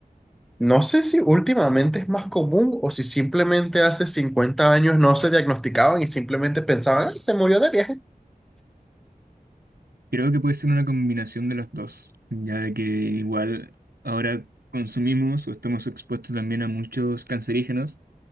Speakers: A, in the centre; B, on the right (about 75°).
A: No sé si últimamente es más común o si simplemente hace 50 años no se diagnosticaban y simplemente pensaban, "Ay, se murió de viaje.
B: creo que puede ser una combinación de las dos, ya de que igual ahora consumimos o estamos expuestos también a muchos cancerígenos